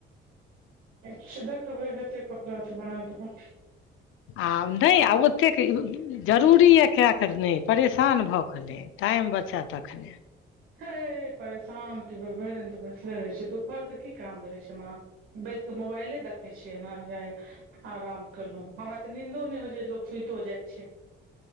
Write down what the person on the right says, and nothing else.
छै देखबै हतेक कपड़ा त बना देबे
हे परेशान भरि दिन तऽ बैसले रहै छै दुपहर के कि काम रहै छें माँ बैस कऽ मोबाइले देखै छियै ने या आराम केलहुँ हमरा तऽ निंदो नहि होइ छै लोक सुतो जाइ छै